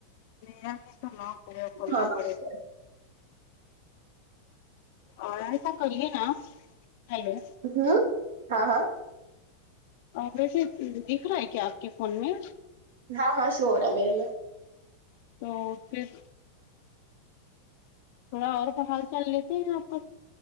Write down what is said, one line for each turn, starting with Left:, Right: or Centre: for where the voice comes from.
Left: نام تو نہ کو کولنا
Right: ہاں بس،
Left: پڑے اور ایسا کریے نا ہیلو
Right: ہوں ہاں ہاں
Left: اور ویسے دکھ رہا ہے کیا آپ کے فون میں
Right: ہاں ہاں شور ہو ر ہے میرے میں
Left: تو پھر تھوڑا اور کمال حال چال لیتے ہیں آپ پر